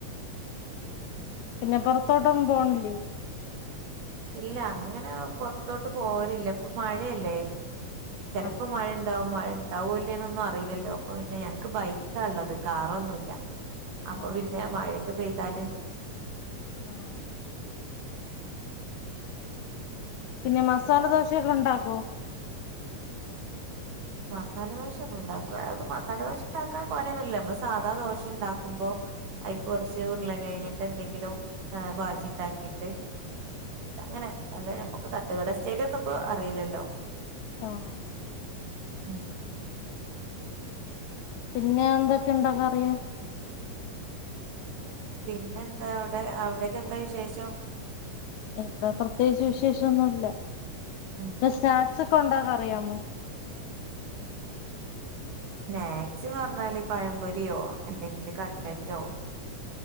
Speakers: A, on the left; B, on the right.
A: പിന്നെ പൊറത്തോട്ടൊന്നും പോണില്ലേ?
B: ഇല്ല അങ്ങനെ പൊർത്തോട്ട് പോവലില്ല ഇപ്പൊ മഴയല്ലേ ചെലപ്പോ
A: ആ
B: മഴണ്ടാവും മഴ ണ്ടാവോല്ലേന്നൊന്നും അറീലല്ലോ. അപ്പൊ പിന്നെ ഞങ്ങക്ക് ബൈക്കാള്ളത് കാറൊന്നുല്ല. അപ്പൊ
A: ആ
B: പിന്നെ മഴക്കെ പെയ്താല്
A: ആഹ്‌ പിന്നെ മസാല ദോശൊക്കെ ഉണ്ടാക്കോ?
B: മസാലദോശന്നും ഉണ്ടാക്കു മസാലദോശ ഉണ്ടാക്കാൻ പണിയൊന്നുല്ല മ്മള് സാധാ ദോശ ഇണ്ടാക്കുമ്പോ അയ്ക്ക് കൊർച്ച് ഉര്ളകേങ്ങിന്റെ എന്തെങ്കിലും ബാജി ഇണ്ടാക്കിട്ട്. അങ്ങനെ അല്ല ഞമ്മക്ക് തട്ടുകട സ്റ്റെയ്ലൊന്നും ഇപ്പോ അറീല്ലല്ലോ.
A: ആഹ്.
B: ഉം.
A: പിന്നെ എന്തക്കെണ്ട് പറിയാൻ
B: പിന്നെന്തവടെ അവടെക്കെന്താ വിശേഷം?
A: ഇവടെ പ്രത്യേകിച്ച് വിശേഷൊന്നുല്ല
B: ഉം
A: ന്നെ സ്നാക്സൊക്കൊണ്ടാക്കറിയാമോ?
B: സ്നാക്സ്ന്ന് പർഞ്ഞാല് പഴംപൊര്യോ അല്ലെങ്കില് കട്ലറ്റോ